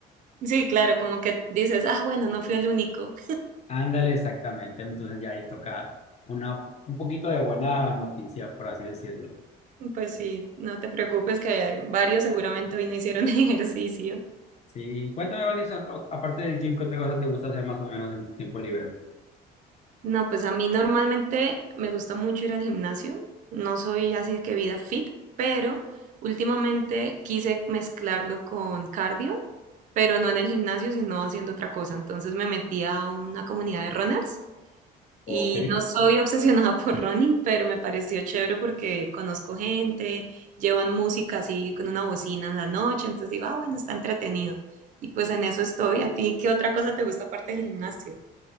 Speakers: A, on the right; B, on the left.
A: sí, claro, como que dices, ah, bueno, no fui el único.
B: ándale, exactamente, entonces ya ahí toca una, un poquito de buena noticia, por así decirlo.
A: Pues sí, no te preocupes que varios seguramente hoy no hicieron <laughs> ejercicio.
B: Sí, cuéntame, Vanessa, a- aparte del gym, ¿qué otra cosa te gusta hacer más o menos en tu tiempo libre?
A: No, pues a mí normalmente me gusta mucho ir al gimnasio. No soy así de que vida fit, pero últimamente quise mezclarlo con cardio, pero no en el gimnasio, sino haciendo otra cosa. Entonces me metí a una comunidad de runners
B: Ok,
A: Y no soy obsesionada por running, pero me pareció chévere porque conozco gente, llevan música así con una bocina en la noche, entonces digo, ah, bueno, está entretenido. Y pues en eso estoy. ¿A ti qué otra cosa te gusta aparte del gimnasio?